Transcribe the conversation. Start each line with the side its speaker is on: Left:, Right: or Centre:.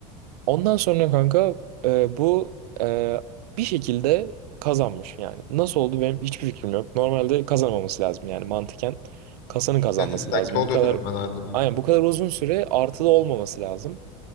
Right: Ondan sonra kanka e, bu e, bir şekilde kazanmış yani. Nasıl oldu benim hiçbir fikrim yok. Normalde kazanmaması lazım yani mantıken. Kasanın kazanması
Left: Yani illaki
Right: lazım.
Left: oluyordur
Right: Bu kadar
Left: ama nadir.
Right: aynen bu kadar uzun süre artıda olmaması lazım.